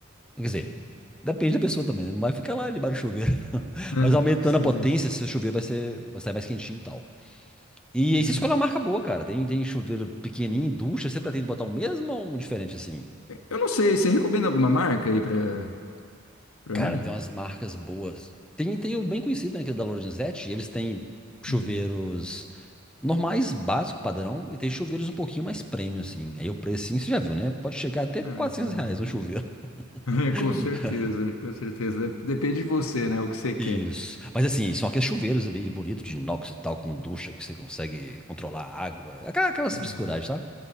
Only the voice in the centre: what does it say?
Quer dizer, depende da pessoa também, né? Não vai ficar lá debaixo do chuveiro, <laughs> não.
Mas aumentando
a potência, seu chuveiro vai ser, vai sair mais quentinho e tal. E aí
você escolhe uma marca boa, cara. Tem, tem chuveiro pequenininho, ducha. Você pretende botar o mesmo ou um diferente assim?
Cara,
tem umas marcas boas. Tem, tem o bem conhecido, né, que é da Lorenzetti. Eles têm chuveiros
normais, básico, padrão. E tem chuveiros um pouquinho mais premium, assim. Aí o precinho, você já viu, né? Pode chegar até
400
reais um chuveiro.
<laughs>
Isso. Mas assim, são aqueles chuveiros ali, bonito, de inox e tal, com ducha, que você consegue controlar a água. Aquela- Aquelas
frescuragens, sabe?